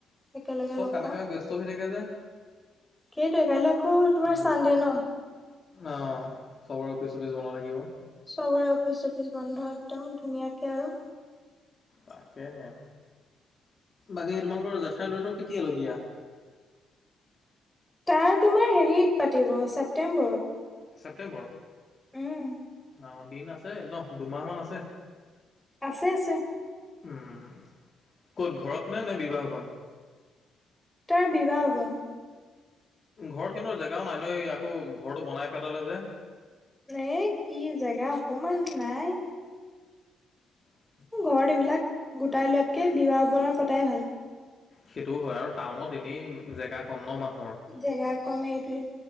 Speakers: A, in the centre; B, on the left.
A: একেলগে
B: চব
A: লগ
B: কামে
A: পাম
B: কামে ব্যস্ত হৈ থাকে যে
A: সেইটোৱে কাইলৈ আকৌ তোমাৰ
B: মানুহবিলাক।
A: চান্দে ন
B: অ চবৰে অফিচ চফিচ বন থাকিব
A: চবৰে অফিচ চফিচ বন্ধ একদম ধুনীয়াকে আৰু
B: তাকেহে বাকী তোমালোকৰ জেঠাইৰ লৰাটো কেতিয়ালৈ বিয়া
A: তাৰ তোমাৰ হেৰিত পাতিব ছেপ্তেম্বৰত
B: ছেপ্্তেম্বৰ
A: উম
B: অ দিন আছে নহ দুমাহমান আছে
A: আছে আছে
B: উম ক'ত ঘৰত নে নে বিবাহবন
A: তাৰ বিবাহ বন
B: ঘৰখনৰ জেগাও নাই নহ আকৌ ঘৰটো বনাই পেলালে যে
A: ন কি জেগা অকমান নাই
B: হম
A: ঘৰত এইবিলাক গোটাই লোৱাতকে বিবাহ অৱণত পতাই ভাল
B: সেইটোও হয় আৰু টাউনত এনে জেগা কন্ ন মানুহ
A: জেগা কম এইটোৱে